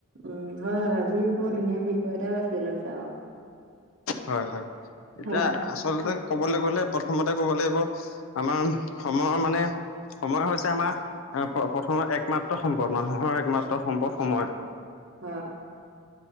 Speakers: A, on the right (about 55°); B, on the left (about 75°).
A: উম হয় হয়, আজি বৰ ধুনীয়া বিষয় এটাই বাছি লৈছা আও।
B: হয় হয়, এতিয়া
A: হয়
B: আচলতে ক'বলৈ গ'লে প্ৰথমতে ক'ব লাগিব, আমাৰ সময় মানে সময় হৈছে আমাৰ প্ৰথমৰ একমাত্ৰ সম্পদ মানুহৰ একমাত্ৰ সম্পদ সময়।
A: হয়।